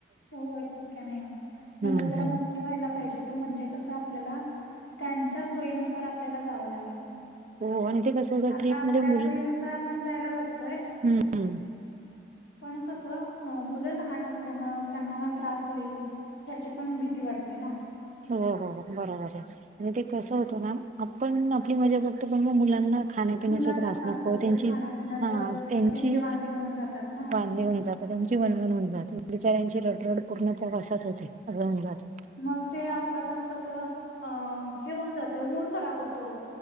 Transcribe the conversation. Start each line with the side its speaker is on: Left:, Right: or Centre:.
Left: हो शक्य नाही
Right: हम्म
Left: मुलं जरा
Right: हम्म
Left: मोठी व्हायला पाहिजे त म्हणजे कस आपल्याला त्यांच्या सोयीनुसार आपल्याला जावं लागेल मग
Right: हो आणि ते कसं होतं
Left: आता
Right: ट्रीप
Left: आपल्या
Right: मध्ये मुल
Left: सोयीनुसार आपण जायला बघतोय
Right: हम्म हम्म.
Left: पण कस मुलं लहान असल्यामुळे त्यांना त्रास होईल याची पण भीती वाटते ना
Right: हो हो बरोबर आहे आणि ते कसं होतं ना आपण आपली मजा बघतो पण मग मुलांना खाण्यापिण्याचे
Left: मुलांना
Right: त्रास नको
Left: होतो
Right: त्यांची
Left: खाण्यापिण्याचं
Right: हा त्यांची
Left: त्यांचे वांदे होऊन जातात ना.
Right: वाढली होऊन जातो त्यांची वनवान होऊन जाते बिचाऱ्यांची रडरड पूर्ण प्रवासात होते असं होऊन जाते
Left: मग ते आपलं पण कसं अ हे होऊन जातं मूड खराब होतो